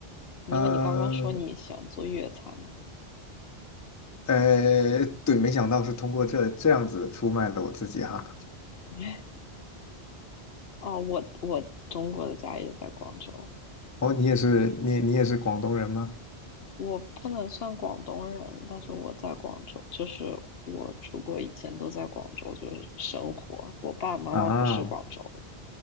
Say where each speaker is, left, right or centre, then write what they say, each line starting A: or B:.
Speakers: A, on the left; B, on the left.
A: 因为你刚刚说你喜欢做粤菜嘛。
B: 呃，呃，对，没想到是通过这这样子出卖了我自己哈。
A: <laughs> 哦，我我中国的家也在广州。
B: 哦，你也是，你你也是广东人吗？
A: 我不能算广东人，但是我在广州，就是我出国以前都在广州，就是生活。我爸爸妈妈不是广州人，
B: 啊，